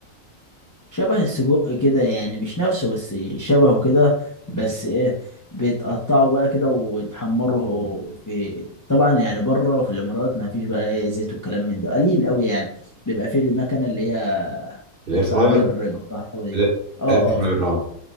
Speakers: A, on the left; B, on the right.
A: شبه السجق كده يعني مش نفسه بس شبهه كده بس ايه بيتقطعوا بقى كده ويتحمروا في طبعا يعني بره في الامارات ما فيش بقى إيه زيت والكلام من ده قليل قوي يعني بيبقى فيه المكنه اللي هي
B: الاير
A: التحمير
B: فراير
A: بالكهرباء دي
B: لا،
A: اه
B: الاير فراير
A: اه
B: اه